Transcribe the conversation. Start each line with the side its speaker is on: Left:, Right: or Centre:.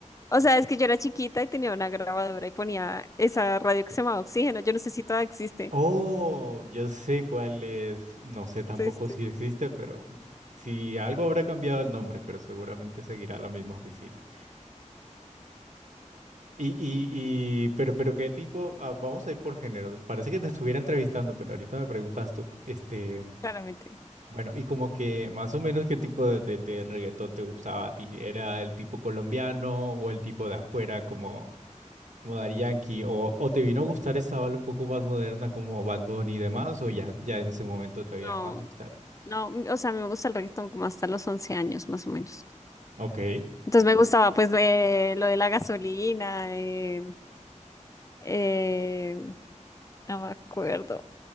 Left: O sea, es que yo era chiquita y tenía una grabadora y ponía esa radio que se llamaba Oxígeno. Yo no sé si todavía existe.
Right: Oh, yo sé cuál es. No sé tampoco
Left: Sí, sí,
Right: si existe, pero si algo habrá cambiado el nombre, pero seguramente seguirá la misma oficina. Y, y, y, pero, pero qué tipo, ah, vamos a ir por género. Parece que te estuviera entrevistando, pero ahorita me preguntas tú, este,
Left: claramente.
Right: bueno, y como que más o menos qué tipo de, de, de reggaetón te gustaba a ti. ¿Era el tipo colombiano o el tipo de afuera como, como Daddy Yankee? ¿O, o te vino a gustar esta bala un poco más moderna como Bad Bunny y demás? ¿O ya, ya en ese momento te había
Left: No,
Right: dejado de gustar?
Left: no, m- o sea, a mí me gusta el reggaetón como hasta los 11 años, más o menos.
Right: Ok.
Left: Entonces me gustaba pues de, lo de la gasolina, eh, eh, no me acuerdo.